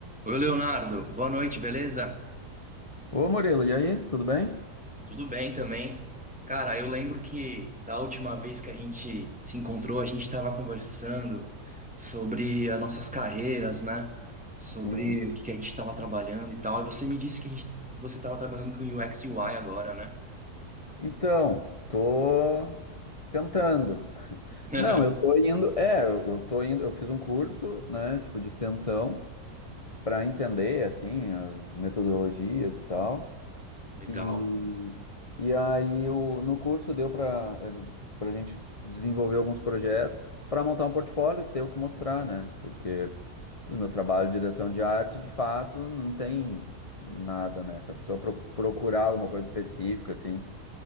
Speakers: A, in the centre; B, on the left.
A: Oi, Leonardo. Boa noite, beleza?
B: Ô Murilo, e aí, tudo bem?
A: Tudo bem também. Cara, eu lembro que da última vez que a gente se encontrou, a gente estava conversando sobre as nossas carreiras, né? Sobre
B: Sim.
A: o que que a gente estava trabalhando e tal. E você me disse que, a gente, que você estava trabalhando com UX e UI agora, né?
B: Então, tô tentando. <laughs>
A: <laughs>
B: Não, eu tô indo, é, eu eu tô indo, eu fiz um curso, né, tipo de extensão para entender assim as metodologias e tal.
A: Legal.
B: E, e aí o, no curso deu para para a gente desenvolver alguns projetos para montar um portfólio, ter o que mostrar, né? Porque dos meus trabalhos de direção de arte, de fato, não tem nada, né? Se a pessoa pro- procurar alguma coisa específica, assim,